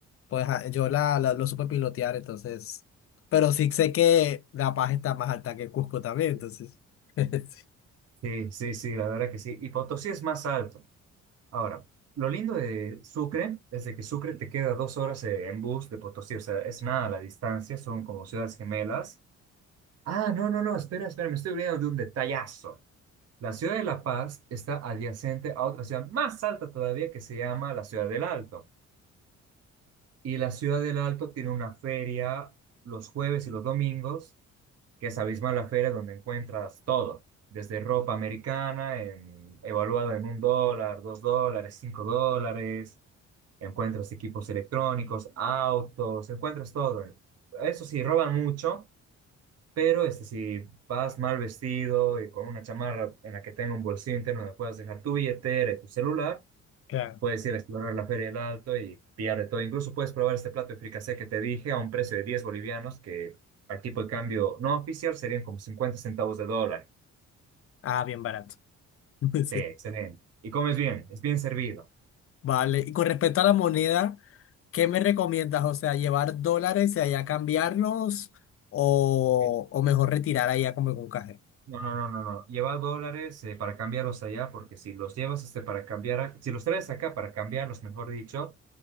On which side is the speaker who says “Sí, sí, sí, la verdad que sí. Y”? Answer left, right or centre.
Right